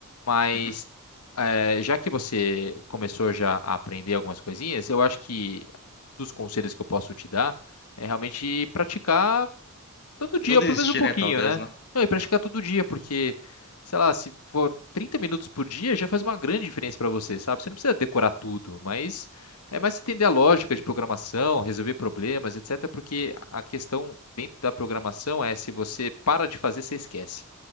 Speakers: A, on the left; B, on the left.
A: Mas
B: uhum.
A: é, já que você começou já a aprender algumas coisinhas, eu acho que dos conselhos que eu posso te dar é realmente praticar Todo dia,
B: E não
A: ou
B: desistir,
A: pelo menos um pouquinho,
B: né? Talvez,
A: né?
B: né?
A: Não, e praticar todo dia, porque, sei lá, se for 30 minutos por dia, já faz uma grande diferença para você, sabe? Você não precisa decorar tudo, mas é mais você entender a lógica de programação, resolver problemas, etc. Porque a questão dentro da programação é se você para de fazer, você esquece.